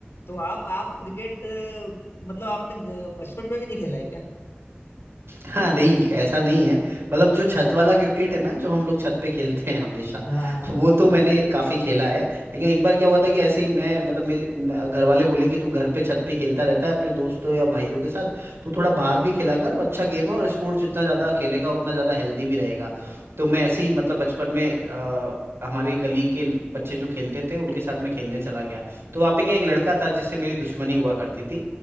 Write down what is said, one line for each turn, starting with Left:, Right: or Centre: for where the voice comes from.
Left: तो आप आप क्रिकेट अ, मतलब आपने अ, बचपन में भी नहीं खेला है क्या
Right: हाँ नहीं ऐसा नहीं है मतलब जो छत वाला क्रिकेट है ना जो हम लोग छत पे खेलते हैं हमेशा
Left: हाँ हाँ हाँ
Right: वो
Left: हाँ
Right: तो मैंने काफी खेला है लेकिन एक बार क्या हुआ था कि ऐसे ही मैं मतलब मेरे मैं- घर वाले बोले कि तू घर पे छत पे खेलता रहता है अपने दोस्तों या भाइयों के साथ तू थोड़ा बाहर भी खेला कर अच्छा गेम है और स्पोर्ट्स जितना ज्यादा खेलेगा उतना ज्यादा हेल्दी भी रहेगा तो मैं ऐसे ही मतलब बचपन में अ, हमारे गली के बच्चे जो खेलते थे उनके साथ मैं खेलने चला गया तो वहाँ पे क्या एक लड़का था जिससे मेरी दुश्मनी हुआ करती थी